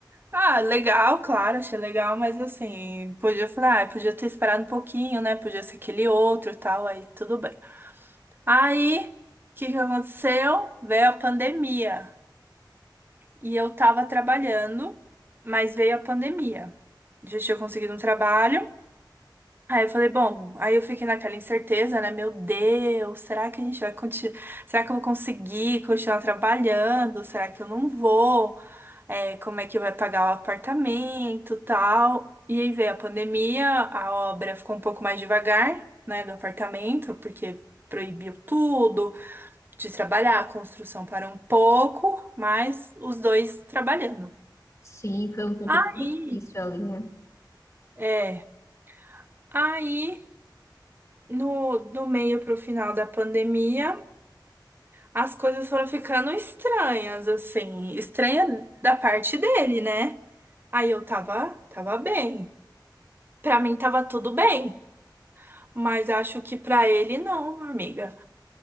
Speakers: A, on the right; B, on the left.
A: Ah, legal, claro, achei legal, mas assim, podia, eu falei, ah, podia ter esperado um pouquinho, né? Podia ser aquele outro e tal, aí tudo bem. Aí, o que que aconteceu? Veio a pandemia. E eu tava trabalhando, mas veio a pandemia. Já tinha conseguido um trabalho. Aí eu falei, bom, aí eu fiquei naquela incerteza, né? Meu Deus, será que a gente vai continuar? Será que eu vou conseguir continuar trabalhando? Será que eu não vou? é, como é que vai pagar o apartamento, tal. E aí veio a pandemia, a obra ficou um pouco mais devagar, né, do apartamento, porque proibiu tudo de trabalhar, a construção parou um pouco, mas os dois trabalhando.
B: Sim, foi um tempo
A: Aí,
B: difícil ali, né?
A: é, aí no do meio pro final da pandemia, as coisas foram ficando estranhas, assim, estranha da parte dele, né? Aí eu tava, tava bem. Pra mim tava tudo bem. Mas acho que pra ele não, amiga.